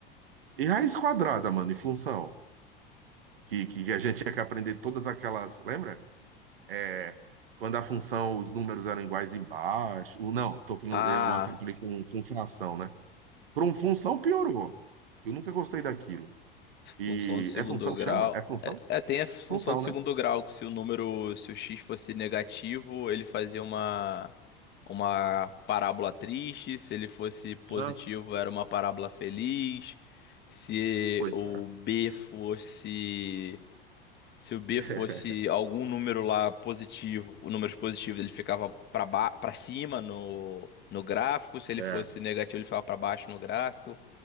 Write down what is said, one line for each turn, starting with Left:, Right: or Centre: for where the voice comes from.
Right: E raiz quadrada, mano, e função. Que, que, que a gente tinha que aprender todas aquelas. Lembra? É, quando a função, os números eram iguais embaixo. Ou não, tô falando,
Left: Ah,
Right: eu atrapalhei com, com fração, né? Para um função piorou. Que eu nunca gostei daquilo. E
Left: função de segundo
Right: é função
Left: grau.
Right: que chama? É função?
Left: É, é, tem a função
Right: Função,
Left: de segundo
Right: né?
Left: grau, que se o número, se o x fosse negativo, ele fazia uma, uma parábola triste. Se ele fosse positivo,
Right: Ah,
Left: era uma parábola feliz. Se
Right: pois
Left: o
Right: é.
Left: b fosse Se o B
Right: <laughs>
Left: fosse algum número lá positivo, o número positivo ele ficava para ba... para cima no... no gráfico, se ele
Right: É,
Left: fosse negativo ele ficava para baixo no gráfico,